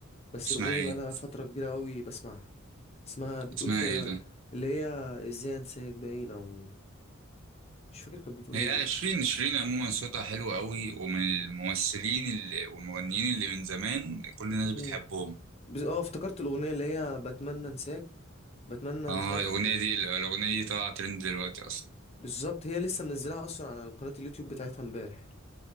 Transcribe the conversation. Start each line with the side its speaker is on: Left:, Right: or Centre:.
Left: بس
Right: اسمها
Left: الأغنية دي
Right: ايه
Left: بقالها فترة كبيرة قوي بسمعها اسمها بتقول
Right: اسمها
Left: فيها
Right: ايه ده
Left: اللي هي ازاي انساك باين او مش فاكر كانت بتقول
Right: هي
Left: ايه
Right: شيرين شيرين عموما صوتها حلو قوي ومن الممثلين اللي والمغنيين اللي من زمان كل الناس بتحبهم
Left: مم. بس اه افتكرت الأغنية اللي هي بتمنى انساك بتمنى
Right: اه
Left: مش عارف
Right: الاغنيه دي الاغنيه دي طالعه ترند دلوقتي اصلا
Left: بالظبط هي لسه منزلاها اصلا على قناة اليوتيوب بتاعتها امبارح